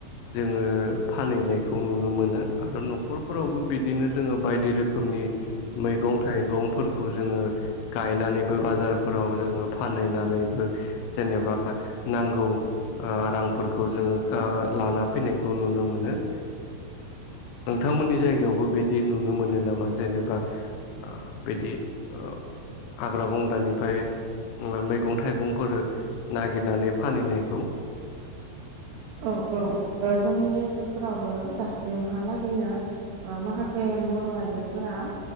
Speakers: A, on the left; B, on the right.
A: जोङो फानहैनाय खौ नुनो मोनो आरो न'खरफोरावबो बिदिनो जोङो बायदि रोखोमनि मैगं थाइगंफोरखौ जोङो गायनानैबो बाजारफोराव जोङो फानहैनानैबो जेनेबा नांगौ ओ रांफोरखौ जोङो आ लाना फैनायखौ नुनो मोनो। नोंथांमोननि जायगायावबो बिदि नुनो मोनो नामा जेनेबा आ बिदि ओ हाग्रा बंग्रानिफ्राय मैगं थाइगंफोर नागिरनानै फानहैनायखौ
B: औ औ जोंनि ओनसोलफोरावबो दासिमहालागैनो ओ माखासे बर' आइजोफोरा